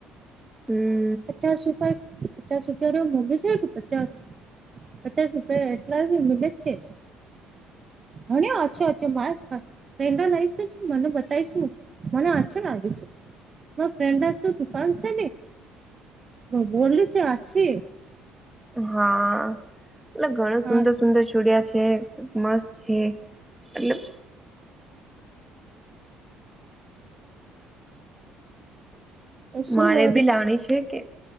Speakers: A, in the centre; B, on the right.
A: હ
B: પચાસ રૂપિયા પચાસ રૂપિયા મોગે છેું પચાસ પચાસ રૂપિયા એટલા મે જ છે હ અછો અછો મા લ મને બતાવીશું મને આછા લાગે છે મ ફ્રેન્ડ છ દુકાન છે હ બોલી છે આ છે
A: હા એટલે ઘણું
B: હા
A: સુંદર સુંદર ચુડિયા છે. મસ્ત છે એટલબ
B: શું
A: મારે
B: ઓર
A: બી લાણી છે કે